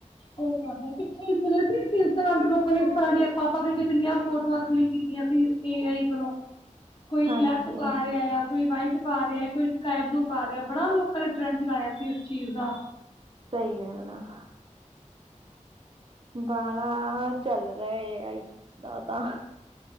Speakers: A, on the left (about 40°); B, on the right (about 45°).
A: ਪਿੱਛੇ ਸੁਣਿਆ ਸੀ ਇੰਸਟਾਗਰਾਮ ਤੇ ਲੋਕ ਨੇ ਸਾੜੀਆ ਪਾ ਕੇ ਕਿਤਨੀਆਂ ਫੋਟੋਆਂ ਕਲਕ ਕੀਤੀਆਂ ਸੀ ਏ ਆਈ ਵੱਲੋਂ। ਕੋਈ
B: ਹਾਂਜੀ
A: ਬਲੱਕ ਪਾ ਰਿਹਾ ਆ ਕੋਈ ਵਾਈਟ ਪਾ ਰਿਹਾ ਕੋਈ ਸਕਾਈ ਬਲੂ ਪਾ ਰਿਹਾ ਬੜਾ ਲੋਕਾਂ ਨੇ ਟਰੈਂਡ ਚਲਾਇਆ ਸੀ ਉਸ ਚੀਜ਼ ਦਾ
B: ਸਹੀ ਗੱਲ ਆ। ਬਾਂਲਾ ਚੱਲ ਰਿਹਾ ਏ ਆਈ ਆਈ। ਤਾਂ